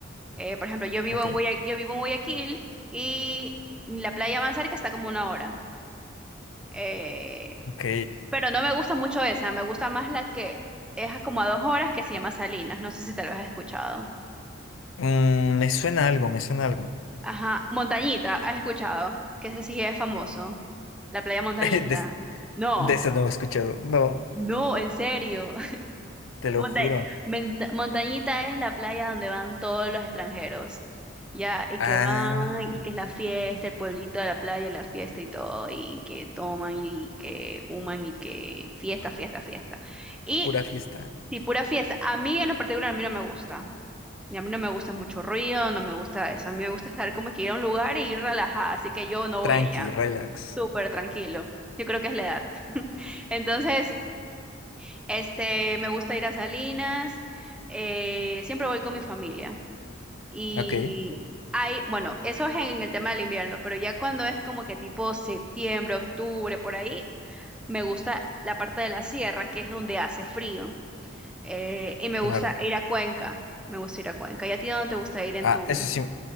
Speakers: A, in the centre; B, on the left.
A: Eh, por ejemplo, yo vivo
B: Ok,
A: en Guaya- yo vivo en Guayaquil y la playa más cerca está como una hora. Eh,
B: ok.
A: Pero no me gusta mucho esa, me gusta más la que es a como a dos horas que se llama Salinas, no sé si tal vez has escuchado.
B: Mm, me suena algo, me suena algo.
A: Ajá, Montañita, has escuchado, que ese sí es famoso, la playa
B: <laughs>
A: Montañita.
B: De,
A: No,
B: de eso no he escuchado. No,
A: no, en serio. <laughs>
B: te lo
A: Monta-
B: juro.
A: Menta- Montañita es la playa donde van todos los extranjeros, ya, y
B: Ah,
A: que van, y que es la fiesta, el pueblito de la playa, la fiesta y todo, y que toman, y que fuman, y que fiesta, fiesta, fiesta. Y
B: pura fiesta.
A: Sí, pura fiesta. A mí en lo particular, a mí no me gusta. Y a mí no me gusta mucho ruido, no me gusta eso. A mí me gusta estar como que ir a un lugar y ir relajada, así que yo no voy
B: Tranqui,
A: allá.
B: relax.
A: Súper tranquilo. Yo creo que es la edad. <laughs> Entonces, este, me gusta ir a Salinas, eh, siempre voy con mi familia. Y
B: Ok,
A: hay, bueno, eso es en el tema del invierno, pero ya cuando es como que tipo septiembre, octubre, por ahí, me gusta la parte de la sierra, que es donde hace frío. Eh, y me
B: claro.
A: gusta ir a Cuenca. Me gusta ir a Cuenca. ¿Y a ti dónde te gusta ir en
B: Ah,
A: tu...
B: eso sí.